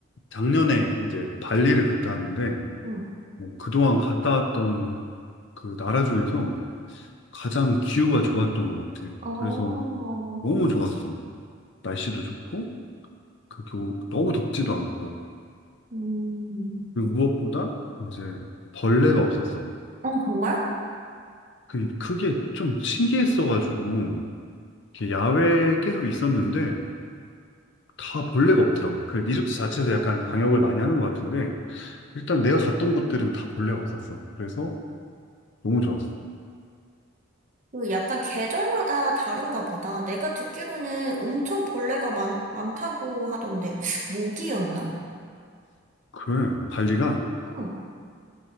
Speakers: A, on the left; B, on the right.
A: 작년에 이제 발리를 갔다 왔는데,
B: 응.
A: 뭐 그동안 갔다 왔던 그 나라 중에서 가장 기후가 좋았던 것 같아.
B: 어,
A: 그래서 너무 좋았어. 날씨도 좋고, 그 교, 너무 덥지도 않고,
B: 음.
A: 그리고 무엇보다 이제 벌레가 없었어.
B: 어, 정말?
A: 그, 그게 좀 신기했어가지고, 이렇게 야외에 계속 있었는데, 다 벌레가 없더라고. 그 리조트 자체에서 약간 방역을 많이 하는 것 같은데, 일단 내가 갔던 곳들은 다 벌레가 없었어. 그래서 너무 좋았어.
B: 그 약간 계절마다 다른가 보다. 내가 듣기로는 엄청 벌레가 많, 많다고 하던데, 모기였나?
A: 그래, 발리가
B: 응.